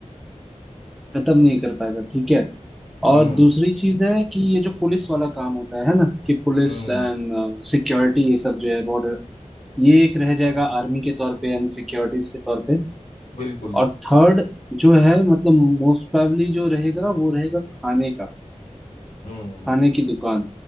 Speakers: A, in the centre; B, on the left.
A: खत्म नहीं कर पाएगा ठीक है
B: हम्म
A: और दूसरी चीज है कि ये जो पुलिस वाला काम होता है है ना कि पुलिस
B: हम्म
A: एंड सिक्योरिटी ये सब जो है बॉर्डर ये एक रह जाएगा आर्मी के तौर पे एंड सिक्योरिटीज के तौर पे
B: बिल्कुल
A: और थर्ड जो है मतलब मोस्ट प्रोबेबली जो रहेगा वो रहेगा खाने का
B: हम्म हम्म
A: खाने की दुकान